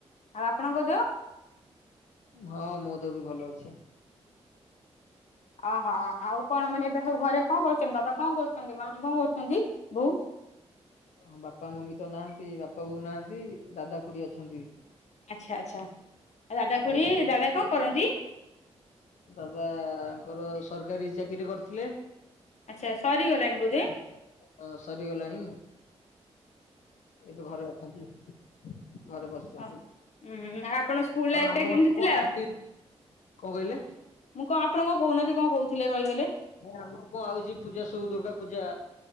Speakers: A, on the left (about 70°); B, on the left (about 85°).
A: ଆଉ ଆପଣଙ୍କ ଦେହ
B: ହଁ ମୋ ଦେହ ବି ଭଲ ଅଛି।
A: ଅହୋ ଆଉ କଣ ମାନେ ଏବେ ସବୁ ଘରେ କଣ କରୁଚନ୍ତି ବାବା କଣ କରୁଚନ୍ତି ମାମା କଣ କରୁଚନ୍ତି ବୋଉ?
B: ହଁ ବାପା ମମି ତ ନାହାଁନ୍ତି। ବାପା ବୋଉ ନାହାଁନ୍ତି। ଦାଦା ଖୁଡି ଅଛନ୍ତି।
A: ଆଚ୍ଛା ଆଚ୍ଛା ଆଉ ଦାଦା
B: ଭାଇ
A: ଖୁଡି
B: ଭଉଣୀ ଅଛନ୍ତି
A: ଦାଦା କଣ କରନ୍ତି?
B: ଦାଦାଙ୍କର ସରକାରୀ ଚାକିରି କରଥିଲେ।
A: ଆଚ୍ଛା ସରିଗଲାଣି ବୋଧେ
B: ଅଁ ସରିଗଲାଣି। ଏବେ ଘରେ ଅଛନ୍ତି। ଘରେ ବସିଛନ୍ତି।
A: ଆଉ ଉଁ ହୁଁ ଆଉ ଆପଣ ସ୍କୁଲ
B: ହଁ
A: ଲାଇଫ
B: ଆମ
A: ଟା
B: ଘରେ
A: କେମିତି
B: ସବୁ
A: ଥିଲା
B: ଅଛନ୍ତି କଣ କହିଲେ?
A: ମୁଁ କଣ ଆପଣ କଣ କହୁନାହାନ୍ତି କଣ କହୁଥିଲେ ରହିଗଲେ।
B: ନା ମୁଁ କହୁଚି ପୂଜା ସବୁ ଦୁର୍ଗା ପୂଜା।